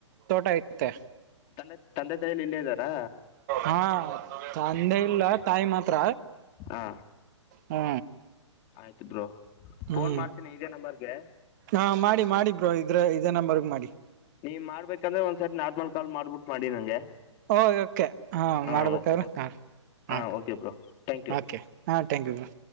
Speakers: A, on the right; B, on the left.
A: ತೋಟ ಐತೆ
B: ತಂದೆ ತಂದೆ ತಾಯಿಲಿ ಇಲ್ಲೇ ಇದ್ದಾರಾ
A: ಹಾ ತಂದೆ ಇಲ್ಲ ತಾಯಿ ಮಾತ್ರ
B: ಹಾ
A: ಹಾ
B: ಆಯ್ತು ಬ್ರೋ
A: ಹ್ಮ್
B: ಫೋನ್ ಮಾಡ್ತೀನಿ ಇದೇ ನಂಬರ್ಗೆ
A: ಹಾ ಮಾಡಿ ಮಾಡಿ ಬ್ರೋ ಇದ್ರೆ ಇದೇ ನಂಬರಗೆ ಮಾಡಿ.
B: ನೀನ್ ಮಾಡ್ಬೇಕಂದ್ರೆ ಒಂದ್ಸರಿ ನಾರ್ಮಲ್ ಕಾಲ್ ಮಾಡ್ಬಿಟು ಮಾಡಿ ನನಗೆ
A: ಹೋ ಓಕೆ ಹಾ
B: ಹಾಂ
A: ಮಾಡ್ಬೇಕಾದ್ರೆ
B: ಓಕೆ
A: ಕಾಲ್
B: ಹಾಂ okay bro thank you
A: okay ಹಾ ಥಾಂಕ್ ಯು ಬ್ರೋ